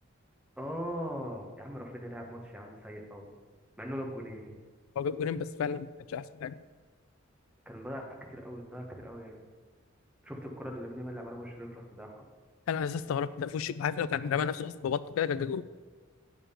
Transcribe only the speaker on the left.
هو جاب جولين بس فعلا ما كانش احسن حاجه
انا اساسا استغربت ده في وشك عارف لو كان رمى نفسه اصلا ببطه كده كان جاب جول